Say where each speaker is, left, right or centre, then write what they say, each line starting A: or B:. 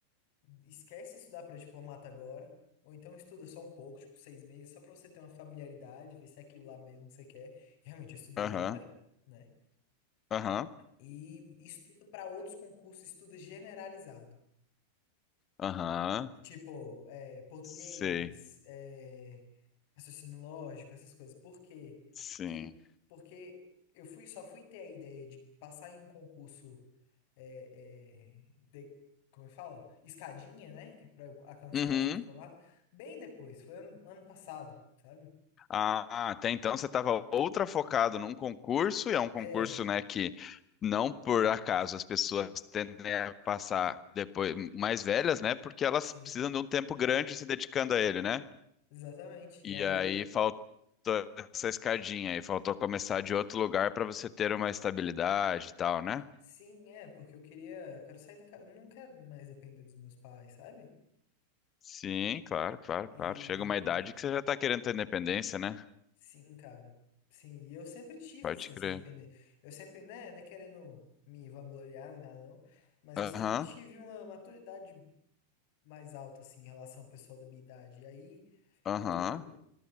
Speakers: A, on the left (about 50°); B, on the left (about 25°).
A: esquece estudar para diplomata agora, ou então estuda só um pouco, tipo seis meses, só para você ter uma familiaridade, ver se é aquilo lá mesmo que você quer. E, Realmente eu estudei
B: aham,
A: e era, né?
B: aham,
A: E estuda para outros concursos, estuda generalizado.
B: aham,
A: Tipo, é, português,
B: sei.
A: é, raciocínio lógico, essas coisas. Por quê?
B: Sim.
A: Porque, porque eu fui, só fui ter a ideia de passar em um concurso, é, é, de, como eu falo? Escadinha, né? Que pra eu alcançar
B: Uhum.
A: a ser diplomata, bem depois, foi ano, ano passado, sabe?
B: Ah, até então você estava outra focado num concurso, e é um concurso,
A: É,
B: né, que não por acaso as pessoas tendem a passar depois mais velhas, né, porque elas
A: sim,
B: precisam de um tempo grande se dedicando a ele, né?
A: exatamente.
B: E
A: E aí
B: aí
A: eu,
B: faltou essa escadinha aí, faltou começar de outro lugar para você ter uma estabilidade e tal, né?
A: sim, é, porque eu queria, quero sair da casa, não quero mais depender dos meus pais, sabe?
B: Sim, claro, claro,
A: E.
B: claro. Chega uma idade que você já tá querendo ter independência, né?
A: Sim, cara. Sim, e eu sempre tive
B: Pode
A: assim, essa
B: crer.
A: independência. Eu sempre, né, não é querendo me vangloriar nem nada, não, mas
B: Aham,
A: eu sempre tive uma maturidade mais alta, assim, em relação ao pessoal da minha idade. E aí,
B: aham,
A: eu também,